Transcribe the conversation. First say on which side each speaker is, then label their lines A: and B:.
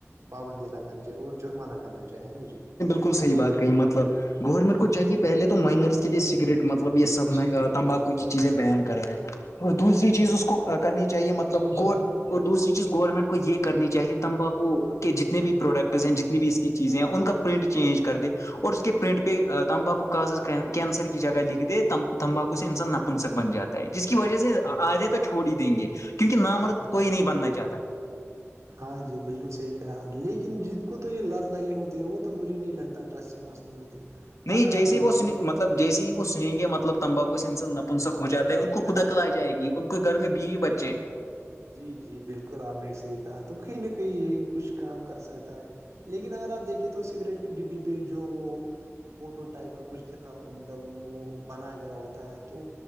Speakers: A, on the right (about 80°); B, on the left (about 85°).
A: پابندی لگانی چاہیے اور جرمانہ کرنا چاہیے ہے نا جی
B: بالک صحیحات کہی مطلب گورنمنٹ کو چاہیے
A: جی جی
B: پہلے تو
A: جی
B: مائنرس کے لیے سگریٹ مطلب یہ سب
A: جی بالکل
B: تمباکو
A: جناب
B: کی چیزیں بیان کر رہے ہیں اور دوسری چیز اس کو کرنی چاہیے مطلب
A: جی جی
B: گور اور دوسری چیز گورنمنٹ کو یہ کرنی چاہیے تمباکو کے جتنے بھی پروڈکٹس ہیں جتنی بھی اس کی چیزیں ہیں ان کا پرنٹ چینج کر دے اور اس کے پرنٹ پہ تمباکو کاز کینسر کی جگہ لکھ دے تم تمباکو سے انسان نپنسک بن جات جس کی وجہ سے
A: ہاں
B: آدے تو چھوڑ ہی دیں گے کیونکہ نامرد
A: ہاں
B: کوئی نہیں بننا چاہتا
A: ہاں جی بالکل صحیح کہا لیکن جن کو تو یہ لت لگی ہوتی ہے وہ تو مجھے نہیں لگتا ٹرس سے مس نہیں ہوتے
B: نہیں
A: اگر
B: جیسے
A: آپ دیکھیں
B: ب
A: تو
B: مطلب جیسے وہ سویںے مطلب تمباکو سے انس نپنسک ہو جا ہے ان کو خوداکل آ جائے گی ان کے گھر میں بی بچے ہیں
A: جی جی بالکل آپ نے صحیح کہا تو کہیں نہ کہیں یہ کچھ کام کر سکتا ہے لیکن اگر آپ دیکھے تو سگریٹ کی ڈبی پہ جو وہ فوٹو ٹائپ کا کچھ لکھا ہو وہ بنایا گیا ہوتا ہے تو